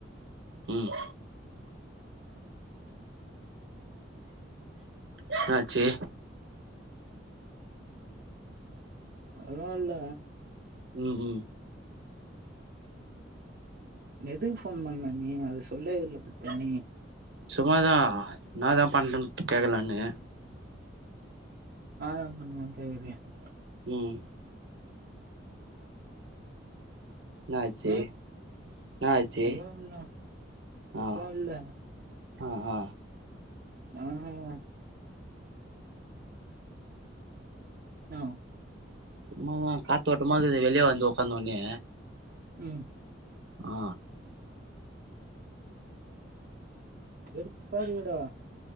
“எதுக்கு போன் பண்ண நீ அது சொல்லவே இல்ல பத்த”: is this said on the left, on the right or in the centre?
Right